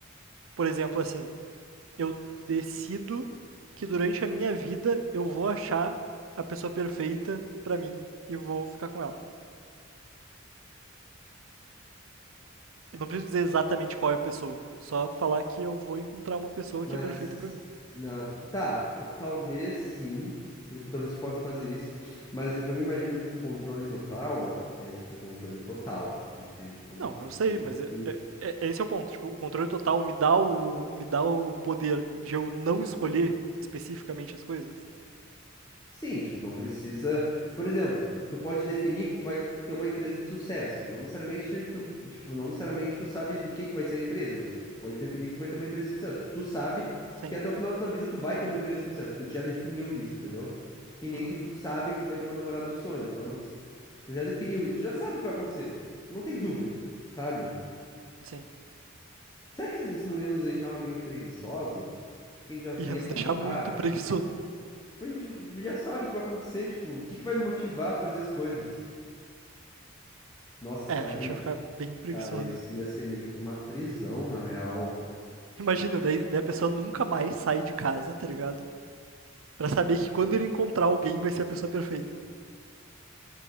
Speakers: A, on the right; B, on the left.
A: Por exemplo, assim, eu decido que durante a minha vida eu vou achar a pessoa perfeita pra mim e vou ficar com ela. Eu não preciso dizer exatamente qual é a pessoa, só falar que eu vou encontrar uma pessoa
B: Mas
A: que é perfeita pra mim.
B: na tá, po- talvez sim. Tipo, talvez você possa fazer isso, mas eu- quando eu imagino, tipo, controle total, é tipo controle total de tipo
A: Não,
B: de
A: eu sei,
B: tudo
A: mas
B: que
A: é- é- é- é esse é o ponto. Tipo, o controle total me dá o, me dá o poder de eu não escolher especificamente as coisas.
B: Sim, tipo, não precisa. Por exemplo, tu pode definir que tu vai ter uma empresa de sucesso. Não necessariamente tu, tipo, não necessariamente tu sabe do que que vai ser a empresa, mas tipo, tu pode definir que tu vai ter uma empresa de sucesso. Tipo, tu sabe
A: Sim.
B: que até o final da tua vida tu vai ter uma empresa de sucesso, porque tu já definiu isso, entendeu? Que nem
A: Uhum.
B: tu sabe que tu vai ter uma namorada do sonho, tu só não s- tu já definiu isso, tu já sabe o que vai acontecer. Tipo, não tem dúvida, sabe?
A: Sim.
B: Será que isso isso não ia nos deixar meio preguiçosos? Porque a gente já
A: Ia
B: ia
A: nos
B: contar
A: deixar muito preguiçoso.
B: Tipo, a gente já sabe o que vai acontecer, tipo, o que que vai me motivar a fazer as coisas? Nossa, esse
A: É,
B: parque,
A: a gente ia ficar bem preguiçoso.
B: cara, esse ia ser meio que uma prisão, na real.
A: Imagina, daí, daí a pessoa nunca mais sai de casa, tá ligado? Pra saber que quando ele encontrar alguém vai ser a pessoa perfeita.